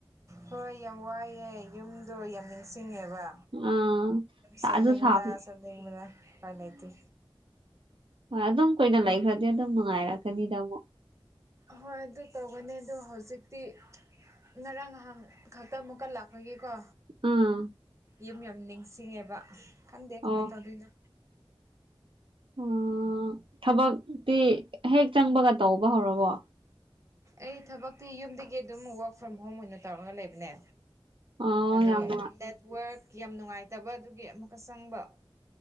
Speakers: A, on the right; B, on the right.
A: ꯍꯣꯏ ꯌꯥꯝ ꯋꯥꯏꯑꯦ ꯌꯨꯝꯗꯣ ꯌꯥꯝ ꯅꯤꯡꯁꯤꯡꯉꯦꯕ
B: ꯑꯥ ꯁꯥꯁꯨ
A: ꯁꯅꯤꯡ
B: ꯁꯥꯕꯅꯤ
A: ꯃꯅꯥ ꯁꯅꯤꯡ ꯃꯅ ꯀꯥꯏ ꯅꯇ
B: ꯍꯣꯏ ꯑꯗꯨꯝ ꯀꯨꯏꯅ ꯂꯩꯈ꯭ꯔꯗꯤ ꯑꯗꯨꯝ ꯅꯨꯡꯉꯥꯏꯔꯛꯀꯅꯤꯗꯥ ꯑꯃꯨꯛ
A: ꯍꯣꯏ ꯑꯗꯨ ꯇꯧꯒꯅꯤ ꯑꯣ ꯍꯧꯖꯤꯛꯇꯤ ꯉꯔꯥꯡ ꯉꯍꯥꯟ ꯈꯛꯇ ꯑꯃꯨꯛꯀ ꯂꯥꯛꯄꯒꯦꯀꯣ
B: ꯎꯝ
A: ꯌꯨꯝ ꯌꯥꯝ ꯅꯤꯡꯁꯤꯡꯉꯦꯕ ꯈꯪꯗꯦ ꯀꯃꯥꯏꯅ
B: ꯑꯣ
A: ꯇꯧꯗꯣꯏꯅꯣ
B: ꯑꯣ ꯊꯕꯛꯇꯤ ꯍꯦꯛ ꯆꯪꯕꯒ ꯇꯧꯕ ꯍꯧꯔꯕꯣ
A: ꯑꯩ ꯊꯕꯛꯇꯤ ꯌꯨꯝꯗꯒꯤ ꯑꯗꯨꯝ ꯋꯔꯛ ꯐ꯭ꯔꯣꯝ ꯍꯣꯝ ꯑꯣꯏꯅ ꯇꯧꯔꯒ ꯂꯩꯕꯅꯦ
B: ꯑꯣ
A: ꯑꯗꯣ
B: ꯌꯥꯝ ꯅꯨꯡꯉꯥꯏ
A: ꯅꯦꯠꯋꯔꯛ ꯌꯥꯝ ꯅꯨꯡꯉꯥꯏꯇꯕ ꯑꯗꯨꯒꯤ ꯑꯃꯨꯛꯀ ꯆꯪꯕ